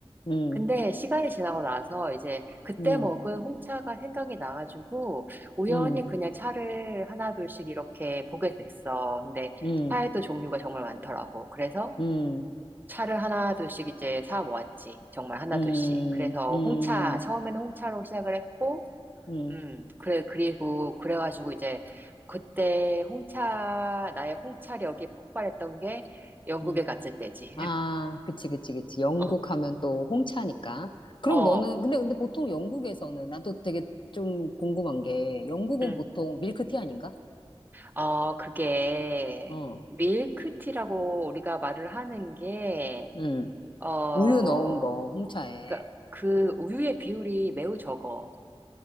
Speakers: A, on the left; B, on the right.
A: 음,
B: 근데 시간이 지나고 나서 이제 그때
A: 음,
B: 먹은 홍차가 생각이 나가지고 우연히
A: 음,
B: 그냥 차를 하나둘씩 이렇게 보게 됐어. 근데
A: 음,
B: 차에도 종류가 정말 많더라고. 그래서
A: 음,
B: 차를 하나둘씩 이제 사 모았지. 정말 하나둘씩.
A: 음,
B: 그래서
A: 음,
B: 홍차, 처음에는 홍차로 시작을 했고,
A: 음,
B: 음, 그래, 그리고 그래가지고 이제 그때 홍차, 나의 홍차력이 폭발했던 게 영국에
A: 음,
B: 갔을 때지.
A: 아,
B: <laughs>
A: 그치, 그치, 그치. 영국
B: 어,
A: 하면 또 홍차니까. 그럼
B: 어,
A: 너는, 근데, 근데 보통 영국에서는, 나도 되게 좀 궁금한 게, 영국은
B: 음.
A: 보통 밀크티 아닌가?
B: 어, 그게
A: 어,
B: 밀크티라고 우리가 말을 하는 게,
A: 응.
B: 어,
A: 우유 넣은 거, 홍차에.
B: 그그 우유의 비율이 매우 적어.